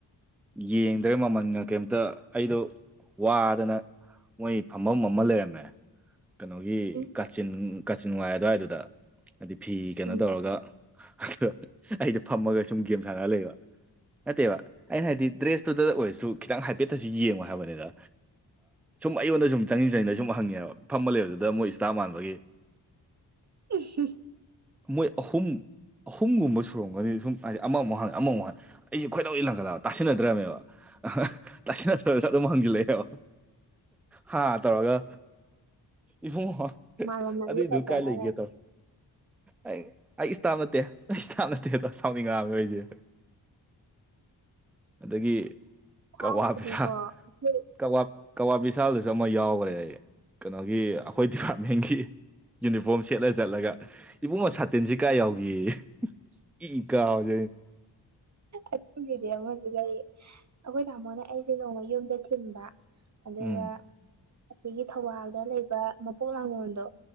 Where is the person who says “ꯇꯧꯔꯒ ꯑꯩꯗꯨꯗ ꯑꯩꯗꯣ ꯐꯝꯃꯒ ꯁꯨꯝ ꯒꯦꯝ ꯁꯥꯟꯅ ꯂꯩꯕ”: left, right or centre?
Centre